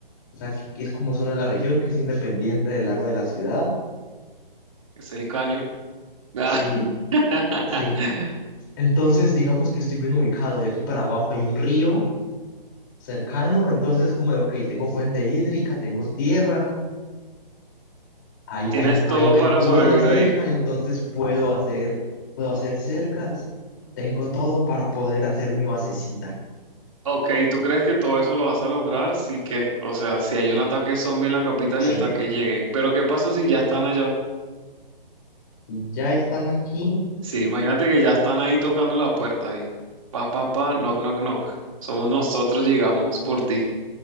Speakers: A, on the left; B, on the right.
A: o sea, que, que es como solo de la región, que es independiente del agua de la ciudad.
B: es el caño. Ah,
A: Sí,
B: <laughs>
A: sí. Entonces, digamos que estoy bien ubicado. De aquí para abajo hay un río cercano, entonces como de, ok, tengo fuente hídrica, tengo tierra hay,
B: Tienes
A: hay, hay,
B: todo
A: hay
B: para
A: guadua
B: sobrevivir
A: cerca,
B: ahí.
A: entonces puedo hacer, puedo hacer cercas, tengo todo para poder hacer mi basecita.
B: Ok, ¿tú crees que todo eso lo vas a lograr? Sí que, o sea, si hay un ataque zombie en la capital
A: Sí,
B: y hasta que lleguen. Pero ¿qué pasa si ya están allá?
A: y ya están aquí,
B: Sí, imagínate que ya están ahí tocando la puerta ahí. Pa, pa, pa, knock, knock, knock. Somos nosotros, llegamos por ti.